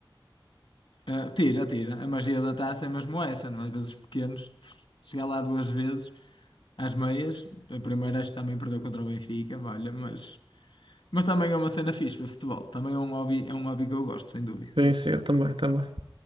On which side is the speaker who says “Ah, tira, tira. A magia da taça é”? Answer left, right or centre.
Left